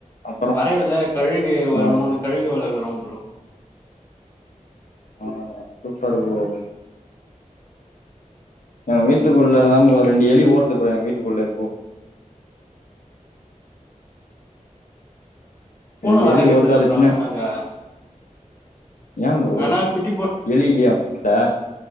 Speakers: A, on the left; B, on the left.
A: அப்புறோ
B: பறவைல கழுகு ஒரு
A: ஆ
B: மூணு கழுகு வளக்குறோம் ப்ரோ
A: ஆஹ் சூப்பரு ப்ரோ வீட்டுக்குள்ளதான் ப்ரோ ஒரு ரெண்டு எலி ஓடுது ப்ரோ எங்க வீட்டுக்குள்ள இப்போ
B: பூனை
A: ரெண்டு
B: வளர்க்கறிறது
A: எலி ஓடுது
B: இல்ல
A: அது
B: ப்ரோம்
A: பின்ன
B: ஆனா நாங்க
A: யான் ப்ரோ
B: வேணா குட்டி
A: எலி இல்லையா ப்பா